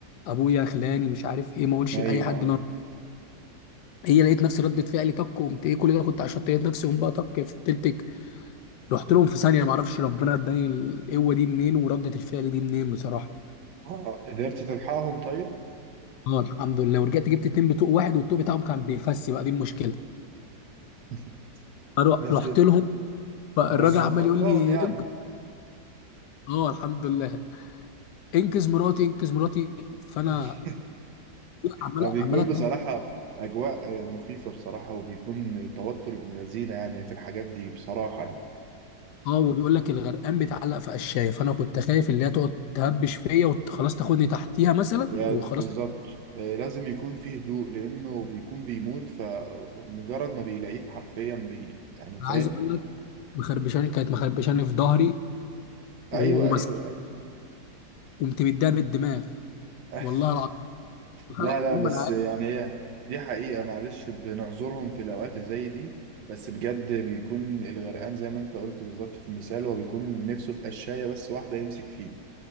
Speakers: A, on the left (about 70°); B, on the right (about 85°).
A: ابويا خلاني مش عارف ايه ما اقولش
B: ايوه
A: لاي حد انا هي لقيت نفسي ردة فعلي طق قمت ايه كل ده كنت عشان لقيت نفسي قوم بقى طق في التلتك رحت لهم في ثانيه ما اعرفش ربنا اداني القوه دي منين ورده الفعل دي منين بصراحه
B: اه قدرت تلحقهم طيب
A: اه الحمد لله ورجعت جبت اتنين بطوق واحد والطوق بتاعهم كان بيفسي بقى دي المشكله
B: <laughs>
A: فرو-
B: بس
A: رحت لهم فالراجل
B: بس ظبطتهم
A: عمال يقول لي
B: يعني
A: انقذ اه الحمد لله انقذ مراتي انقذ مراتي فانا
B: <laughs>
A: عمال
B: فبيكون
A: عمال اتهب
B: بصراحة أجواء آه، مخيفة بصراحة وبيكون توتر ابن لذينة يعني في الحاجات دي بصراحة يعني
A: اه وبيقول لك الغرقان بيتعلق في قشايه فانا كنت خايف اللي هي تقعد تهبش فيا وخلاص تاخدني تحتيها مثلا
B: هي
A: وخلاص
B: بالظبط آه، لازم يكون فيه هدوء لأنه بيكون بيموت فمجرد ما بيلاقيك حرفيا بي يعني فاهم
A: انا عايز اقول لك مخربشاني كانت مخربشاني في ظهري
B: أيوه
A: ومس...
B: أيوه أيوه
A: قمت مديها بالدماغ
B: <laughs>
A: والله العظيم والله
B: لا
A: العظيم
B: لا بس
A: ما انا عارف
B: يعني هي دي حقيقة معلش بنعذرهم في الأوقات زي دي بس بجد بيكون الغرقان زي ما أنت قلت بالظبط في المثال هو بيكون نفسه في قشاية بس واحدة يمسك فيها